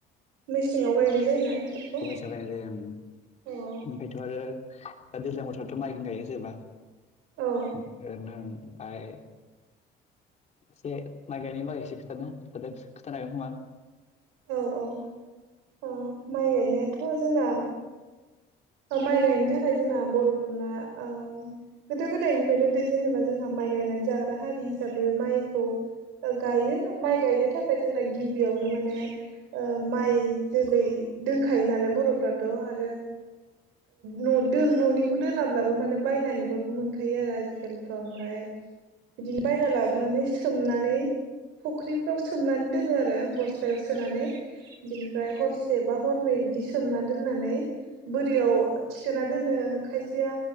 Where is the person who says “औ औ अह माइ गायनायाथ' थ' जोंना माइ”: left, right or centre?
Right